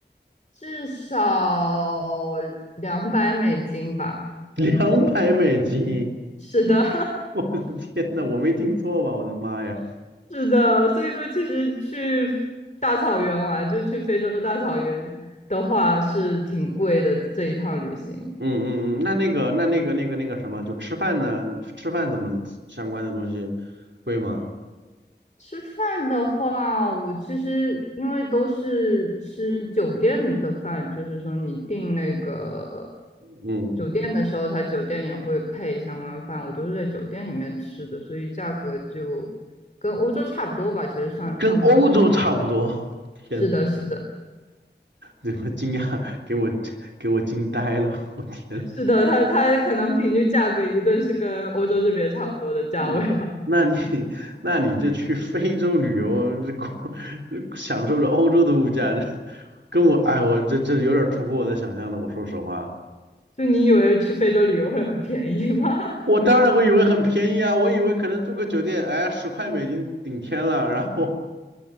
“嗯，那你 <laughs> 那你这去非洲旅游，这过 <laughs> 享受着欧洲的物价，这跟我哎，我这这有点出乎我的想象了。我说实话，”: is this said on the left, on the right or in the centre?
Right